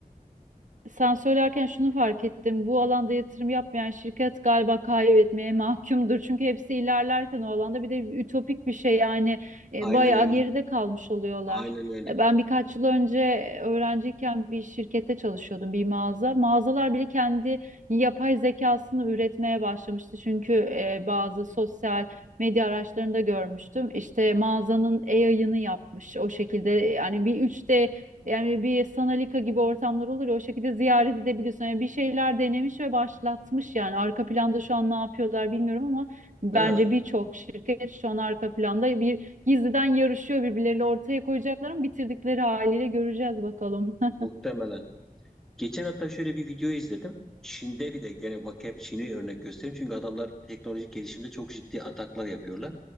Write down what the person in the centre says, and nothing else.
Aynen
öyle.
Aynen öyle.
Değil mi?
Muhtemelen. Geçen hatta şöyle bir video izledim. Çin'de bir de gene bak hep Çin'i örnek göstereyim. Çünkü adamlar teknolojik gelişimde çok ciddi ataklar yapıyorlar.